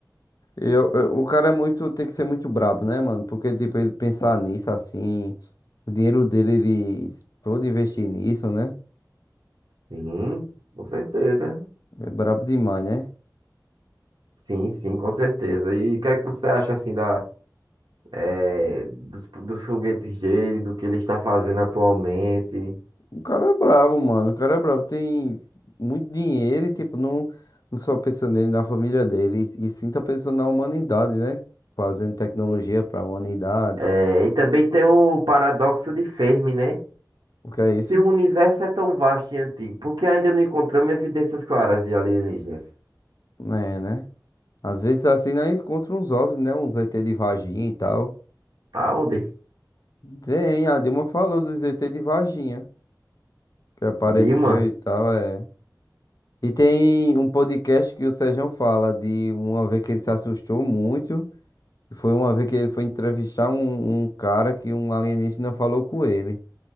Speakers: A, on the left; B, on the right.
A: E eu- eu- o cara é muito, tem que ser muito brabo, né, mano? Porque, tipo, ele pensar nisso assim, o dinheiro dele, ele todo investir nisso, né?
B: Sim, com certeza.
A: É brabo demais, né?
B: Sim, sim, com certeza. E o que é que você acha assim da, eh, dos, dos foguetes dele, do que ele está fazendo atualmente?
A: O cara é brabo, mano. O cara é brabo. Tem muito dinheiro e, tipo, não, não só pensa nele, na família dele, e, e sim tá pensando na humanidade, né? Fazendo tecnologia pra humanidade.
B: Eh, e também tem o paradoxo de Fermi, né?
A: O que é isso?
B: Se o universo é tão vasto e antigo, por que ainda não encontramos evidências claras de alienígenas?
A: É, né? Às vezes assim nós encontramos uns ovos, né? Uns ET de vaginha e tal.
B: Tá onde?
A: Tem, a Dilma falou dos ET de vaginha, que apareceu
B: Dilma?
A: e tal, é. E tem um podcast que o Sérgio fala de uma vez que ele se assustou muito. e Foi uma vez que ele foi entrevistar um, um cara que um alienígena falou com ele.